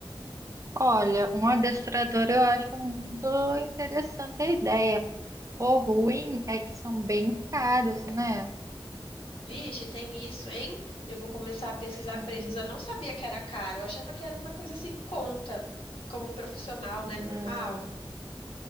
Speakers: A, on the right; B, on the left.
A: Olha, um adestrador eu acho muito interessante a ideia. O ruim é que são bem caros, né?
B: Vixe, tem isso, hein? Eu vou começar a pesquisar
A: Sim,
B: preços. Eu não sabia que era caro, eu achava que era uma coisa assim, em conta, como um profissional, né,
A: não.
B: normal.